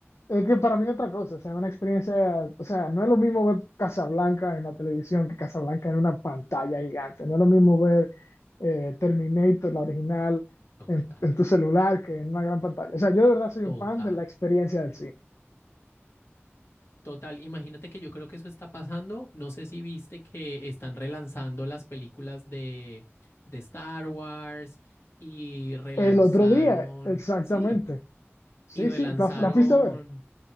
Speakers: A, on the left; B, on the left.
A: es que para mí es otra cosa, o sea, una experiencia, o sea, no es lo mismo ver Casablanca en la televisión que Casablanca en una pantalla gigante, no es lo mismo ver eh, Terminator, la original,
B: total,
A: en, en tu celular que en una gran pantalla. O sea, yo de verdad soy
B: total.
A: un fan de la experiencia del cine.
B: Total, imagínate que yo creo que eso está pasando. No sé si viste que están relanzando las películas de, de Star Wars y relanzaron,
A: El otro día, exactamente.
B: sí,
A: Sí,
B: y relanzaron
A: sí, la, fu- la fuiste a ver.